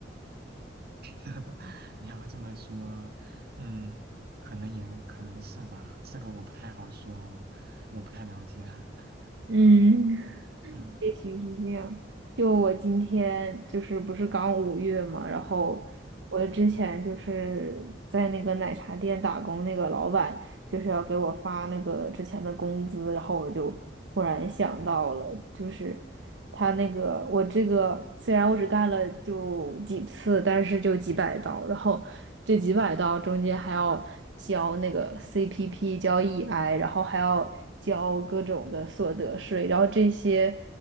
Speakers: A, on the right (about 60°); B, on the right (about 80°).
A: <laughs> 你要这么说，嗯，可能也可能是吧，这个我不太好说哦，我不太了解。<laughs>
B: <laughs> 嗯。
A: 嗯
B: 也许是这样。就我今天就是不是刚五月嘛，然后我之前就是在那个奶茶店打工，
A: 嗯。
B: 那个老板就是要给我发那个之前的工资，然后我就突然想到了，就是他那个我这个虽然我只干了就几次，但是就几百刀，然后这几百刀中间还要交那个 CPP，交 EI，然后还要交各种的所得税，然后这些。